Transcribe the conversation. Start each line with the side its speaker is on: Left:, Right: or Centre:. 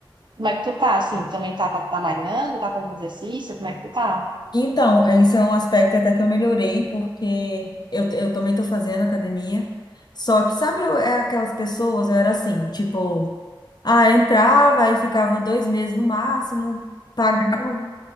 Right: Como é que tu tá, assim? Também tá, tá malhando? Tá fazendo exercício? Como é que tu tá?
Left: então, esse é um aspecto até que eu melhorei, porque eu, eu também tô fazendo academia. Só que, sabe, eu, é aquelas pessoas, eu era assim, tipo, ah, entrava e ficava dois meses no máximo, pagava.